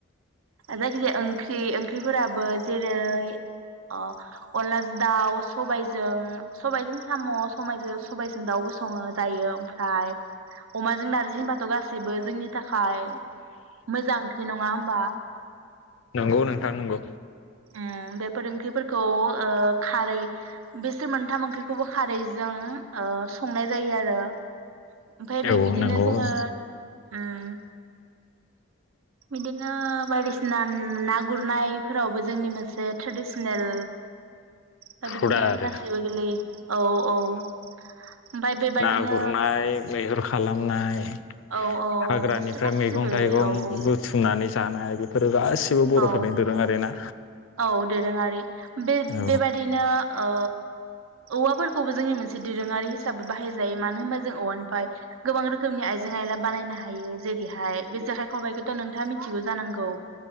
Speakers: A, on the right; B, on the left.
A: जायखिजाया ओंख्रि ओंख्रिफोराबो जेरै ओ अनला दाउ सबायजों सबायजों साम' सबाइजों सबायजों दाउबो सङो जायो ओमफ्राय अमाजों नारजि होनबाथ' गासिबो जोंनि थाखाय मोजां ओंख्रि नङा होमबा
B: औ नोंथां नंगौ
A: उम बेफोर ओंख्रिफोरखौ खारै बेसोर मोनथाम ओंख्रिखौबो खारैजों ओ संनाय जायो आरो ओमफफ्राय बि
B: औ
A: बिदिनो
B: नंगौ
A: जोङो
B: औ
A: उम बिदिनो बायदिसिना ना गुरनायफोरावबो जोंनि मोनसे ट्रेडिसनेल दा बिदिनो
B: हुदा आरो
A: गासैबो गोलैयो औ औ ओमफ्राय बेबादिनो
B: ना गुरनाय मैहुर खालामनाय
A: औ औ
B: हाग्रानिफ्राय
A: बिसोर गासिबो
B: मैगं थाइगं
A: गोलैयो औ
B: बुथुमनानै जानाय बे <unintelligible> गासिबो बर'फोरनि
A: औ
B: दोरोंआरि ना
A: औ दोरोङारि बे
B: औ
A: बेबादिनो ओ औवाफोरखौबो जोंनि मोनसे दोरोङारि हिसाबै बाहायजायो मानो होनबा जों औवानिफ्राय गोबां रोखोमनि आइजें आयला बानायनो हायो जेरैहाय बे जेखाइ खबाइखौथ' नोंथाङा मिथिगौ जानांगौ